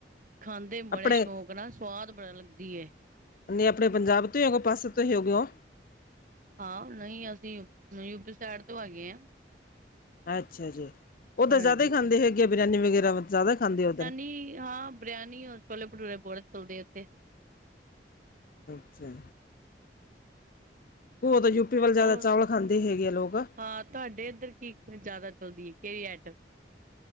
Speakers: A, on the right (about 50°); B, on the left (about 50°).
A: ਖਾਂਦੇ ਬੜੇ
B: ਆਪਣੇ
A: ਸ਼ੌਕ ਨਾ ਸਵਾਦ ਬੜਾ ਲੱਗਦੀ ਐ।
B: ਨਹੀਂ ਆਪਣੇ ਪੰਜਾਬ ਤੋਂ ਹੀ ਹੋਗੋ ਪਾਸੇ ਤੋਂ ਹੀ ਹੈਗੇ ਓ।
A: ਹਾਂ ਨਹੀਂ ਅਸੀ ਯੂਪ ਯੂਪੀ ਸਾਈਡ ਤੋਂ ਹੈਗੇ ਆ।
B: ਅੱਛਾ ਜੀ, ਉੱਧਰ
A: ਹਾਂਜੀ
B: ਜ਼ਿਆਦਾ ਹੀ ਖਾਂਦੇ ਹੈਗੇ ਆ ਬਰਿਆਨੀ ਵਗੈਰਾ ਜ਼ਿਆਦਾ ਖਾਂਦੇ ਉੱਧਰ।
A: ਕੀ ਹਾਂ। ਬਰਿਆਨੀ ਔਰ ਛੋਲੇ ਭਟੂਰੇ ਬੜੇ ਚੱਲਦੇ ਆ ਇੱਥੇ।
B: ਅੱਛਾ। ਓ ਤਾਂ ਯੂਪੀ ਵਾਲੇ ਜ਼ਿਆਦਾ
A: ਹੋਰ
B: ਚਾਵਲ ਖਾਂਦੇ ਈ ਹੈਗੇ ਆ ਲੋਕ।
A: ਹਾਂ ਤੁਹਾਡੇ ਇੱਧਰ ਕੀ ਜ਼ਿਆਦਾ ਚਲਦੀ ਏ ਕਿਹੜੀ ਐਟਮ